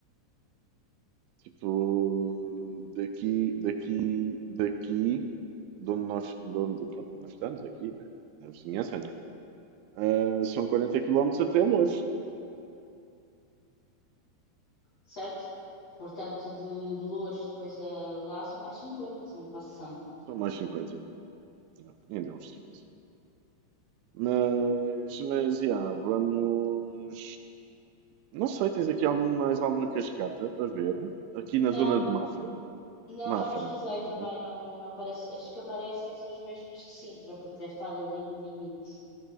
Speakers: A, on the right; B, on the left.
A: Tipo, daqui, daqui, daqui, de onde nós, de onde, pronto, nós estamos aqui, né? Na vizinhança, né? Ah, são 40 quilómetros até Loures.
B: certo? Portanto, de, de Loures depois a lá são mais 50, são quase 100.
A: São mais 50 ainda. Yeah, Ainda é uns 50. Mas, mas, yeah, vamos. Não sei, tens aqui algum, mais alguma cascata para ver? Aqui
B: Não
A: na zona de Mafra.
B: Não,
A: Mafra.
B: já pesquisei também,
A: Mas
B: não, não aparece. As que aparecem são as mesmas de Sintra, porque deve estar ali no limite.